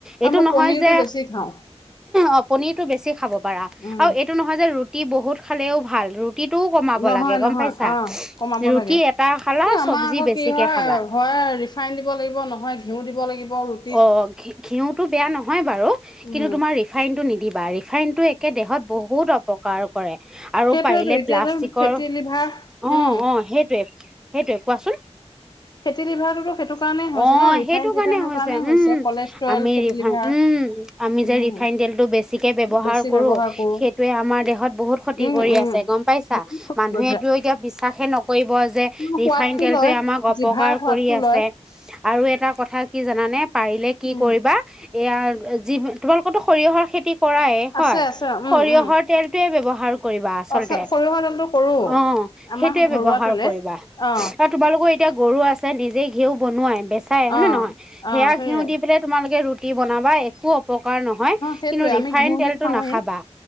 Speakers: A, in the centre; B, on the left.
A: এইটো
B: আৰু মই
A: নহয়
B: পনিৰটো
A: যে,
B: বেছি খাওঁ
A: অ', পনিৰটো বেছি খাব পাৰা,
B: উম
A: আৰু এইটো নহয় যে, ৰুটি বহুত খালেও ভাল, ৰু ৰুটিটোও কমাব
B: নহয়
A: লাগে, গম
B: নহয়
A: পাইছা।
B: অ কমাব
A: ৰুটি
B: লাগে
A: এটা খালা,
B: এই আমাৰ
A: চবজি
B: আকৌ
A: বেছিকে
B: কি হয়
A: খাবা।
B: হয় ৰিফাইন দিব লাগিব নহয় ঘিউ দিব লাগিব ৰুটিত
A: অ', ঘি ঘিউটো বেয়া নহয় বাৰু,
B: উম
A: কিন্তু তোমাৰ ৰিফাইনটো নিদিবা, ৰি ৰিফাইনটো একে দেহত বহুত অপকাৰ কৰে, আৰু
B: সেইটোয়েতো
A: পাৰিলে
B: এতিয়া
A: প্লাষ্টিকৰ
B: যে ফেটি
A: অ',
B: লিভাৰ উম
A: অ', সেইটোৱে, সেইটোৱে, কোৱাচোন।
B: ফেটি লিভাৰটোতো সেইটো কাৰণেই হৈছে
A: অ',
B: ন ৰিফাইন
A: সেইটোকাৰণে
B: চিফাইনৰ
A: হৈছে,
B: কাৰণেই
A: উম,
B: কলেষ্ট্ৰৰেল
A: আমি
B: ফেটি
A: ৰিফাইন
B: লিভাৰ
A: উম। আমি যে,
B: উম
A: ৰিফাইন তেলটো বেছিকে ব্যৱহাৰ
B: বেছি
A: কৰোঁ,
B: ব্যৱহাৰ কৰো
A: সেইটোৱে আমাৰ দেহত বহুত ক্ষতি
B: উম
A: কৰি
B: উম
A: আছে গম পাইছা,
B: বহুত কমি
A: মানুহেটো
B: গৈছে
A: এতিয়া বিশ্বাসেই নকৰিব যে,
B: সোৱাদটো
A: ৰিফাইন তেলটোৱে
B: লয়
A: আমাক অপকাৰ
B: জিভাৰ সোৱাদটো
A: কৰি আছে।
B: লয়
A: আৰু এটা কথা কি, জানানে, পাৰিলে কি
B: উম
A: কৰিবা। এয়া যি, তোমালোকতো সৰিয়হৰ খেতি কৰায় হয়,
B: আছে আছে উম
A: সৰিয়হৰ
B: উম
A: তেল টোয়ে ব্যৱহাৰ কৰিবা আচলতে,
B: অ সৰিয়হৰ তেলটো কৰো
A: অ',
B: আমাৰ
A: সেইটোৱে
B: ঘৰুৱা
A: ব্যৱহাৰ
B: তেলে
A: কৰিবা।
B: অ
A: তোমালোকৰ এতিয়া গৰু আছে নিজেই ঘিঁউ বনোৱাই, বেচাই হয়
B: অ
A: নে নহয়? সেয়া
B: অ সেইয়াই
A: ঘিউ দি পেলাই তোমালোকে ৰুটি বনাবা একো অপকাৰ নহয়
B: সেইটোয়ে
A: কিন্তু ৰিফাইন
B: আমি ঘিউ
A: তেলটো
B: দি খাওঁৱেই
A: নাখাবা।